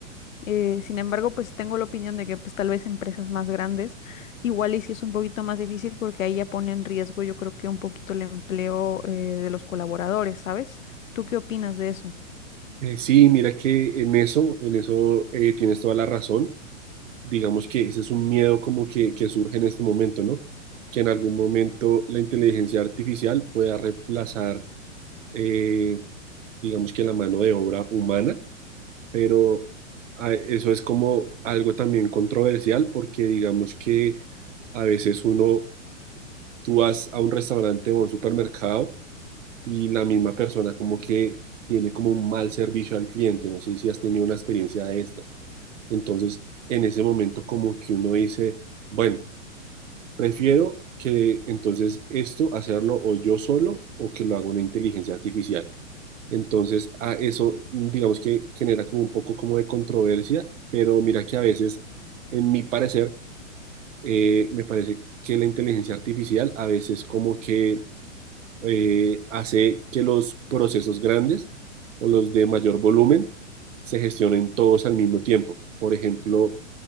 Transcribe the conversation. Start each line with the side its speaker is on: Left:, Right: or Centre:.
Left: Eh, sin embargo, pues tengo la opinión de que pues tal vez empresas más grandes, igual y si es un poquito más difícil porque ahí ya pone en riesgo yo creo que un poquito el empleo eh, de los colaboradores, ¿sabes? ¿Tú qué opinas de eso?
Right: Eh, sí, mira que en eso, en eso eh, tienes toda la razón. Digamos que ese es un miedo como que, que surge en este momento, ¿no? Que en algún momento la inteligencia artificial pueda reemplazar, eh, digamos que la mano de obra humana pero a- eso es como algo también controversial porque digamos que a veces uno, tú vas a un restaurante o a un supermercado y la misma persona como que tiene como un mal servicio al cliente, no sé si has tenido una experiencia de estas. Entonces, en ese momento como que uno dice, bueno, prefiero que entonces esto hacerlo o yo solo o que lo haga una inteligencia artificial. Entonces, a eso mm, digamos que genera como un poco como de controversia, pero mira que a veces, en mi parecer, eh, me parece que la inteligencia artificial a veces como que eh, hace que los procesos grandes o los de mayor volumen se gestionen todos al mismo tiempo. Por ejemplo,